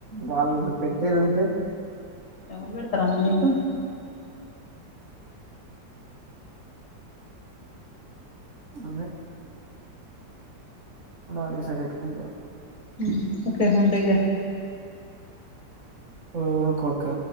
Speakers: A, on the right (about 50°); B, on the left (about 50°).
A: వాళ్ళు పెట్టేదింతే.
B: ఎవ బడ రమ్మ నీకు
A: అందే ఉండాలి సలెంట్ గుంటడు
B: ఉహ్మ్ ఓకే ఉండీగా
A: ఉకొక్క